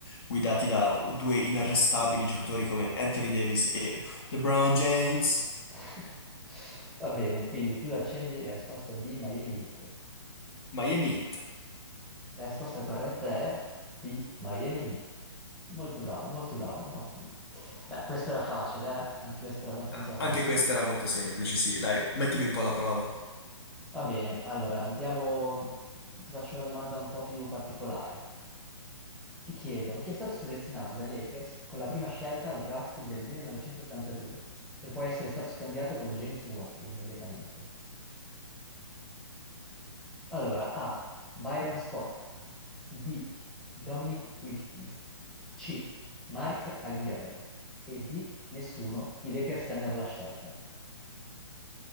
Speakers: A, on the left; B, in the centre.
A: guidati da due inarrestabili giocatori come Anthony Davis e LeBron James.
B: <laughs> Va bene, quindi tu accendi la risposta B, Miami Heat.
A: Miami Heat.
B: La risposta corretta è B, Miami Heat. Molto bravo, molto bravo, ottimo. Beh, questa era facile, eh? Anche questa era abbastanza
A: Ah,
B: facile.
A: Anche questa era molto semplice, sì, dai, mettimi un po' alla prova.
B: Va bene, allora andiamo, ti faccio una domanda un po' più particolare. Ti chiedo, chi è stato selezionato dai Lakers con la prima scelta al draft del 1982, per poi essere stato scambiato con James Worthy immediatamente? Allora, A. Byron Scott. B. Dominic Wilkins. C. Mark Aguirre. E D. Nessuno. I Lakers tennero la scelta.